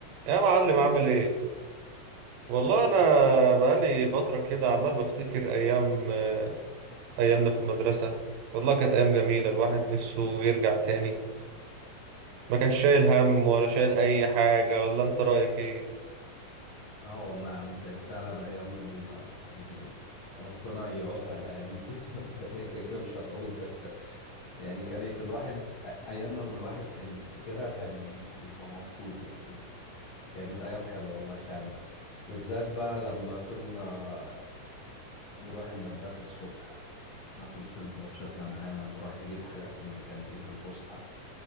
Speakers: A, on the right; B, on the left.
A: يا معلم
B: يا-
A: عامل ايه والله انا بقالي فتره كده عمال بفتكر ايام آه، ايامنا في المدرسه والله كانت ايام جميله الواحد نفسه يرجع تاني ما كانش شايل هم ولا شايل اي حاجه ولا انت رايك ايه
B: اه والله يا عم كانت فعلا ايام جميله يعني ربنا يعودها الايام دي <laughs> هي كده كده مش هتعود بس يعني كانت الواحد ايام لما الواحد كان يفتكرها كان بيبقى مبسوط يعني كانت ايام حلوه والله فعلا بالذات بقى لما كنا نروح المدرسه الصبح ناخد سندوتشاتنا معانا نروح نجيب حاجات من الكانتين في الفسحه